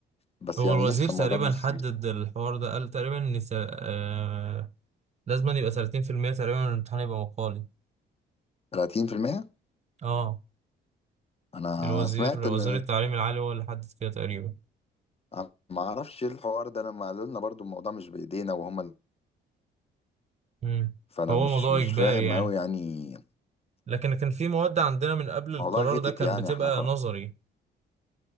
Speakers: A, on the left; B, on the right.
A: بس
B: هو
A: يعني
B: الوزير
A: ايش
B: تقريبا
A: الموضوع مش
B: حدد الحوار ده قال تقريبا ان تا- آه لازم أن يبقى 30% تقريبا من الامتحان يبقى مقالي
A: 30%
B: اه
A: انا
B: الوزير
A: انا سمعت
B: وزير
A: ان
B: التعليم العالي هو اللي حدد كده تقريبا
A: أنا ما اعرفش ايه الحوار ده انا ما قالوا لنا برضو الموضوع مش بايدينا وهم ال-
B: امم
A: فانا
B: فهو
A: مش
B: موضوع
A: مش
B: إجباري
A: فاهم
B: يعني
A: قوي يعني
B: لكن كان في مواد عندنا من قبل
A: الموضوع
B: القرار
A: غتت
B: ده كان
A: يعني
B: بتبقى
A: احنا كنا
B: نظري